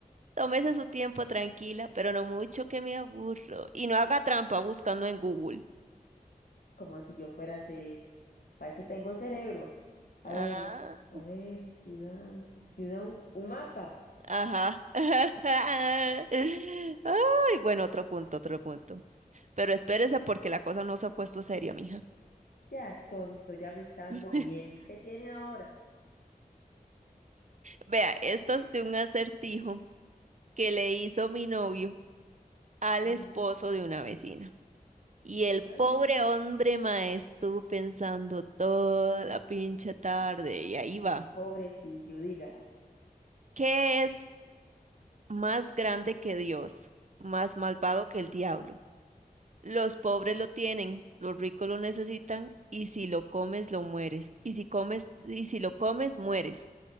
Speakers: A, on the right; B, on the left.
A: Tómese su tiempo tranquila, pero no mucho que me aburro. Y no haga trampa buscando en Google.
B: como si yo fuera a hacer eso. Para eso tengo cerebro. A
A: Ah,
B: ver, a ver, ciudad, ciudad, un, un mapa.
A: ajá. <laughs> Ay, bueno, otro punto, otro punto. Pero espérese porque la cosa no se ha puesto seria, mija.
B: Seas tonto, ya me está dando
A: <laughs>
B: miedo. ¿Qué tiene ahora?
A: Vea, esta es de un acertijo que le hizo mi novio. al
B: Ujú,
A: esposo de una vecina. Y el pobre
B: ah,
A: hombre, mae, estuvo pensando toda la pinche tarde y ahí va.
B: pobrecillo, dígala.
A: ¿Qué es más grande que Dios, más malvado que el diablo? Los pobres lo tienen, los ricos lo necesitan y si lo comes lo mueres. Y si comes y si lo comes mueres.